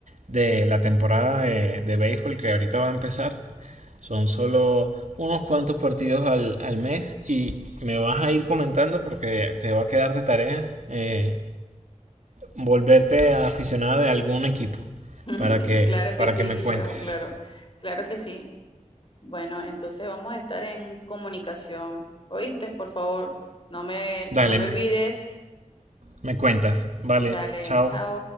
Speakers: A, on the right; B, on the left.
A: de la temporada de, de béisbol que ahorita va a empezar Son solo unos cuantos partidos al, al mes y me vas a ir comentando porque te va a quedar de tarea eh, volverte aficionada de algún equipo
B: <laughs>
A: para que,
B: Claro que
A: para
B: sí,
A: que me
B: Guillermo,
A: cuentes.
B: claro, claro que sí. Bueno, entonces vamos a estar en comunicación. ¿Oíste? Por favor, no me,
A: Dale,
B: no me olvides.
A: me cuentas. Vale,
B: Dale,
A: chao.
B: chao.